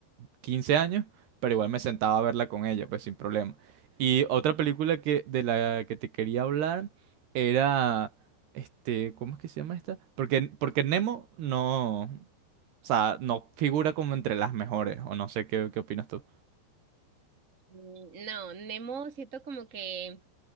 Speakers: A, on the right (about 65°); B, on the right (about 20°).
A: 15 años, pero igual me sentaba a verla con ella, pues sin problema. Y otra película que, de la que te quería hablar era, este, ¿cómo es que se llama esta? Porque, porque Nemo no. O sea, no figura como entre las mejores, o no sé qué, qué opinas tú.
B: Mm, No, Nemo siento como que,